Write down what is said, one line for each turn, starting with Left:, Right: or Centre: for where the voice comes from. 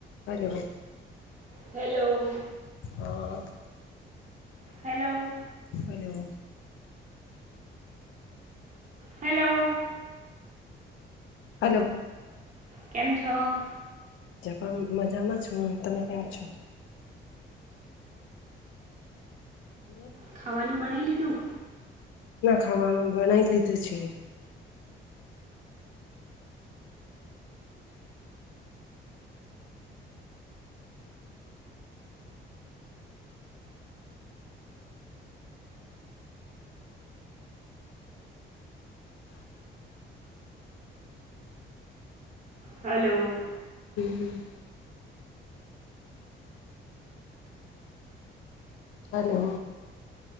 Left: હ hello.
Right: Hello.
Left: હું
Right: hello
Left: hello
Right: hello
Left: hello
Right: કેમ છો?
Left: જ મજામાં છું તમે કેમ છો? <inaudible>
Right: ખાવાનું બણાવ લીધું
Left: ના ખાવાનું બનાવી લીધું છે
Right: હલો
Left: હમ હમ ચાલ હ